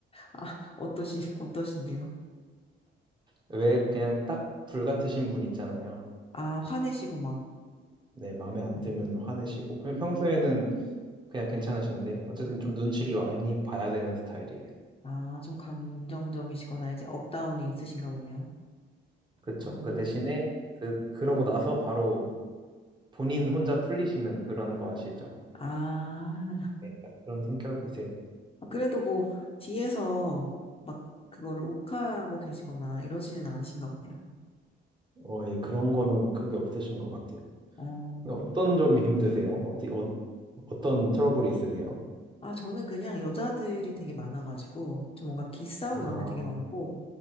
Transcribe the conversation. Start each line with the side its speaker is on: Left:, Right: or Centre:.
Left: 아, <laughs> 어떠시, 어떠신데요?
Right: 왜 그냥 딱 불같으신 분 있잖아요.
Left: 아, 화내시고 막,
Right: 네, 마음에 안
Left: 음,
Right: 들면 화내시고 그냥 평소에는 그냥 괜찮으신데 어쨌든
Left: 네.
Right: 좀 눈치를 많이 봐야 되는 스타일이에요.
Left: 아, 좀 감정적이시거나 이제 업다운이 있으신가 보네요.
Right: 그렇죠.
Left: 음.
Right: 그 대신에 그 그러고 나서 바로 본인 혼자 풀리시는 그런 거 아시죠?
Left: 아,
Right: 네, 딱 그런 성격이세요.
Left: 그래도 뭐, 뒤에서 막 그거를 욱하고 계시거나 이러지는 않으신가 보네요.
Right: 어, 예, 그런 거는 크게 없으신 것 같아요.
Left: 어,
Right: 근데 어떤 점이 힘드세요? 어디, 어, 어떤 트러블이 있으세요?
Left: 아, 저는 그냥 여자들이 되게 많아가지고, 좀 뭔가 기싸움
Right: 아,
Left: 이런 게 되게 많고,